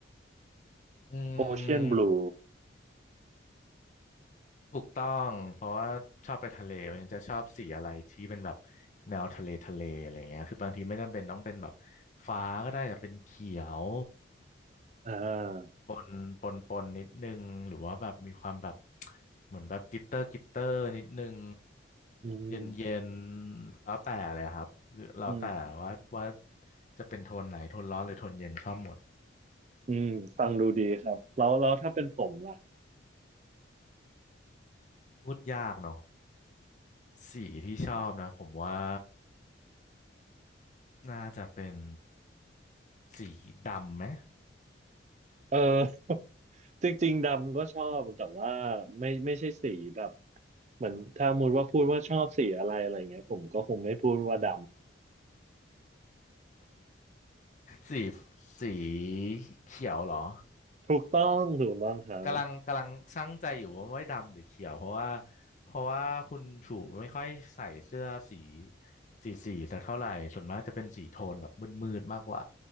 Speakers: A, on the left; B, on the right.
A: อื
B: โอเชียนบลู
A: มถูกต้องเพราะว่าชอบไปทะเลมันจะชอบสีอะไรที่เป็นแบบแนวทะเลทะเลอะไรเงี้ยคือบางทีไม่จำเป็นต้องเป็นแบบฟ้าก็ได้แต่เป็นเขียว
B: อ่า
A: ปนปนปนนิดนึงหรือว่าแบบมีความแบบเหมือนแบบกลิตเตอร์กลิตเตอร์นิดนึง
B: อืม
A: เย็นเย็นแล้วแต่เลยครับหรือแล้วแต่ว่าว่า
B: อืม
A: จะเป็นโทนไหนโทนร้อนหรือโทนเย็นชอบหมด
B: อืมฟังดูดีครับแล้วแล้วถ้าเป็นผมล่ะ
A: พูดยากเนอะสีที่ชอบนะผมว่าน่าจะเป็นสีดำไหม
B: เออ <laughs> จริงๆดำก็ชอบแต่ว่าไม่ไม่ใช่สีแบบเหมือนถ้ามูดว่าพูดว่าชอบสีอะไรอะไรเงี้ยผมก็คงไม่พูดว่าด
A: สีสีเขียวเหรอ
B: ำถูกต้องถูกต้องครับ
A: กำลังกำลังชั่งใจอยู่ว่าไม่ดำหรือเขียวเพราะว่าเพราะว่าคุณชูไม่ค่อยใส่เสื้อสีสีสีสักเท่าไหร่ส่วนมากจะเป็นสีโทนแบบมืดๆมากกว่า